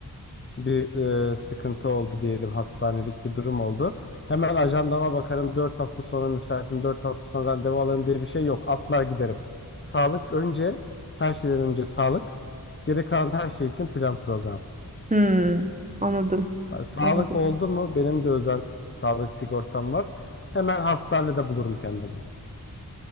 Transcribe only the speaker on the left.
bir e, sıkıntı oldu diyelim hastanelik bir durum oldu. Hemen ajandama bakarım 4 hafta sonra müsaitim 4 hafta sonra randevu alırım diye bir şey yok. Atlar giderim. Sağlık önce her şeyden önce sağlık. Geri kalan her şey için plan program.
Ben- Sağlık
oldu mu? Benim de özel sağlık sigortam var. Hemen hastanede bulurum kendimi.